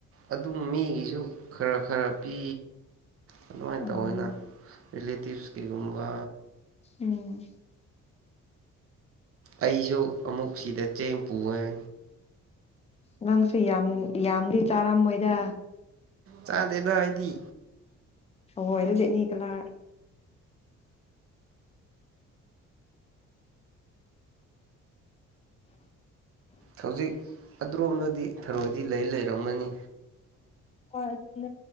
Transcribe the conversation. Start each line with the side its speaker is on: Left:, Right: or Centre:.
Right: ꯑꯗꯨꯝ ꯃꯤꯒꯤꯁꯨ ꯈꯔ ꯈꯔ ꯄꯤ ꯑꯗꯨꯃꯥꯏꯅ
Left: ꯎꯝ
Right: ꯇꯧꯅ ꯔꯤꯂꯦꯇꯤꯞꯁ ꯀꯒꯨꯝꯕ
Left: ꯎꯝ
Right: ꯑꯩꯁꯨ ꯑꯃꯨꯛ ꯁꯤꯗ ꯆꯦ ꯄꯨꯑꯦ
Left: ꯅꯪꯁꯨ ꯌꯥꯝ ꯌꯥꯝꯗꯤ ꯆꯥꯔꯝꯃꯣꯏꯗ
Right: ꯆꯥꯗꯦꯗ ꯍꯥꯏꯗꯤ
Left: ꯍꯂ ꯌꯦꯠꯅꯤ ꯀꯂꯥ
Right: ꯍꯧꯖꯤꯛ ꯑ꯭ꯔꯣꯝꯅꯗꯤ ꯊꯔꯣꯏꯗꯤ ꯂꯩ ꯂꯩꯔꯝꯃꯅꯤ
Left: ꯍ ꯟ